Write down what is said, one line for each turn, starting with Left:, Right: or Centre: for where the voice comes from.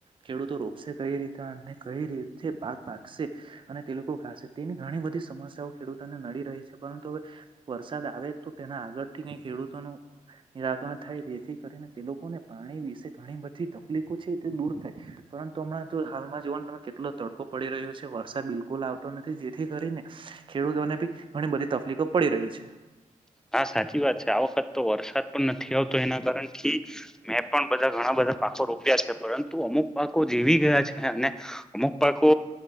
Right: ખેડૂતો રોપશે કઈ રીતે અને કઈ રીતે ભાગ ભાગ અને તે લોકો ખાશે તેની ઘણી બધી સમસ્યાઓ ખેડૂતોને નડી રહી છે પરંતુ, વરસાદ આવે તો તેના આગળ થી કઈ ખેડૂતો ન નિરાકરણ થાય તેથી કરીને તે લોકોને પાણી વિશે ઘણી બધી તકલીફો છે તે દૂર થાય. પરંતુ હમણાં તો હાલમાં જીવન તમે કેટલો તડકો પડી રહ્યો છે. વરસાદ બિલકુલ આવતો નથી જેથી કરીને, ખેડૂતોને બી ઘણી બધી તકલીફો પડી રહી છે.
Centre: હા સાચી વાત છે આ વખત તો વરસાદ પણ નથી. ના કારથી, મેં પણ બધા ઘણા બધા પાકો રોપ્યા છે પરંતુ અમુક પાકો જેવી ગયા. અને, અમુક પાકો